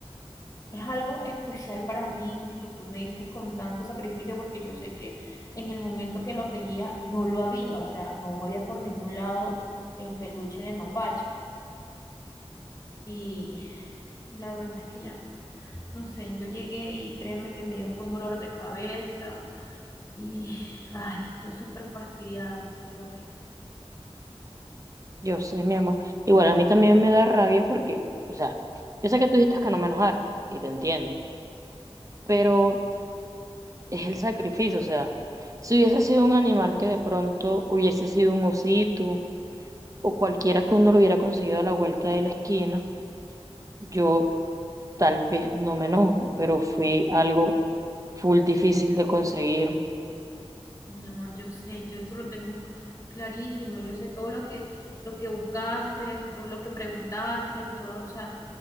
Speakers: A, on the left; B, on the right.
A: Es algo especial para mí que tú me diste con tanto sacrificio porque yo sé que en el momento que lo quería no lo había, o sea, no había por ningún lado el peluche de mapache. Y la verdad es que ya no, no sé, yo llegué y créeme que me dio fue un dolor de cabeza y ay, estoy súper fastidiada, mi cielo bello.
B: Yo sé, mi amor. Igual a mí también me da rabia porque, o sea, yo sé que tú dijiste que no me enojara y te entiendo, pero es el sacrificio, o sea, si hubiese sido un animal que de pronto hubiese sido un osito o cualquiera que uno lo hubiera conseguido a la vuelta de la esquina, yo tal vez no me enojo, pero fue algo full difícil de conseguir.
A: Sí, mi amor, yo sé, yo eso lo tengo clarísimo, yo sé todo lo que lo que buscaste, todo lo que preguntaste, todo, o sea,